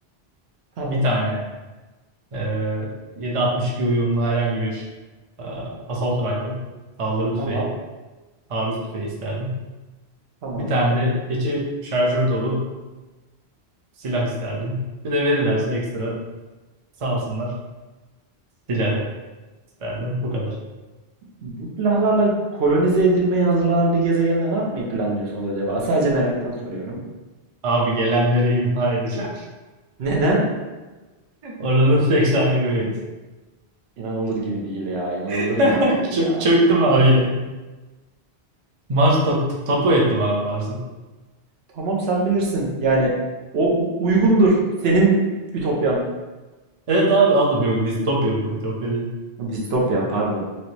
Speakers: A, on the right; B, on the right.
A: Tamam.
B: Bir tane e, 7.62 uyumlu herhangi bir e, assault rifle. Saldırı tüfeği.
A: Tamam.
B: Taarruz tüfeği isterdim.
A: Tamam.
B: Bir tane de içi şarjör dolu silah isterdim. Bir de verirlerse ekstra sağ olsunlar silahı isterdim. Bu kadar.
A: Bu silahlarla kolonize edilmeye hazırlanan bir gezegende ne yapmayı planlıyorsunuz acaba? Sadece meraktan soruyorum.
B: Abi gelenleri imha edeceğim.
A: Neden?
B: <laughs> Oranın tek sahibi beyiz.
A: İnanılır gibi değil ya. İnanılır
B: <laughs>
A: gibi değil
B: Çö-
A: ya.
B: çöktüm abi yere. Mars tap tapu ettim abi Mars'ı.
A: Tamam sen bilirsin. Yani o u- uygundur. Senin ütopyan.
B: Evet abi aldım. Yok distopya bu. Ütopya değil.
A: Distopya pardon.